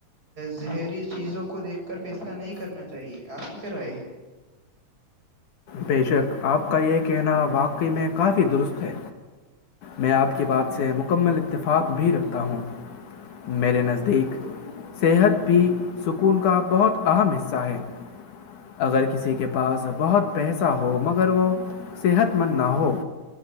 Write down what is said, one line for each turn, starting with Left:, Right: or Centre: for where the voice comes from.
Right: زہری چیزوں کو دیکھ کر فیصلہ نہیں کرنا چاہیے آپ کی کیا رائے ہے
Left: بیشک آپ کا یہ کہنا واقعی میں کافی درست ہے میں آپ کی بات سے مکمل اتفاق بھی رکھتا ہوں میرے نزدیک صحت بھی سکون کا بہت اہم حصہ ہے اگر کسی کے پاس بہت پیسہ ہو مگر وہ صحت مند نہ ہو